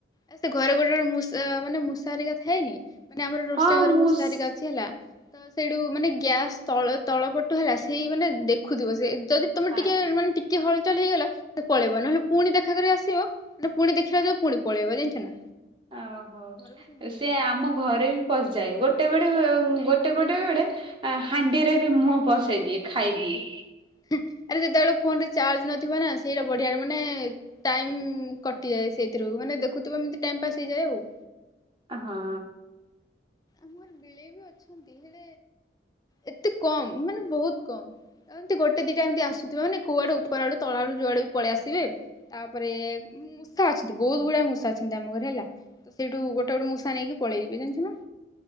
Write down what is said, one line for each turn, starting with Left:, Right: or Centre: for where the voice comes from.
Left: ଆଉ ସେ ଘରେ ଗୋଟେ ଗୋଟ ମୂଷା ମାନେ ମୂଷା ହେରିକା ଥାଏନି ମାନେ ଆମର ରୋଷେଇ
Right: ହଁ
Left: ଘରେ
Right: ମୁଁ
Left: ମୂଷା
Right: ସ୍
Left: ହେରିକା ଛି ହେଲା ତ ସେଇଠୁ ମାନେ ଗ୍ୟାସ୍ ତଳ ତଳ ପଟୁ ହେଲା ସେଇ ମାନେ ଦେଖୁଥିବ ସେ ଯଦି ତମେ
Right: ଆ
Left: ଟିକେ ମାନେ ଟି କେ ହଲ୍ ଚଲ୍ ହେଇଗଲା ସେ ପଳେଇବ ନହେଲେ ପୁଣି ଦେଖା କରି ଆସିବ ମାନେ ପୁଣି ଦେଖିଲା ଯଉ ପଳେ ପଳେଇବ ଜାଣିଛୁ ନା।
Right: ଆ ହଉ,
Left: ବି ସେମିତି
Right: ସେ
Left: ହୁଏ।
Right: ଆମ ଘରେ ବି ପସିଯାଏ, ଗୋଟେ ବେଳେ ଗୋଟେ ପଟେ ବେଡ଼େ ଆ ହାଣ୍ଡିରେ ବି ମୁହଁ ପସେଇ ଦିଏ ଖାଇଦିଏ।
Left: <inaudible> ଆରେ ଯେତେବେଳେ ଫୋନଟା ଚାର୍ଜ ନଥିବ ନା ସେଇଟା ବଢିଆରେ ମାନେ ଟାଇମ୍ କଟିଯାଏ ସେଇଥିରୁ ମାନେ ଦେଖୁଥିବ ଏମିତି ଟାଇମ୍ ପାସ୍ ହେଇଯାଏ ଆଉ।
Right: ଆ ହଁ।
Left: ଆମର ବିଳେଇ ବି ଅଛନ୍ତି ହେଲେ
Right: <inaudible>
Left: ଏତେ କମ୍ ମାନେ ବହୁତ କମ୍। ଏମିତି ଗୋଟେ ଦିଇଟା ଏମିତି ଆସୁଥିବେ ମାନେ କୁଆଡୁ କୁଆଡୁ ତଳ ଆଡୁ ଯୁଆଡେ ବି ପଳି ଆସିଥିବେ। ତାପରେ? ମୂଷା ଅଛନ୍ତି ବହୁତ ଗୁଡଆ ମୂଷା ଅଛନ୍ତି ଆମ ଘରେ ହେଲା ତ ସେଇଠୁ ଗୋଟେ ଗୋଟେ ମୂଷା ନେଇକି ପଳେଇବ ଜାଣିଛ ନା।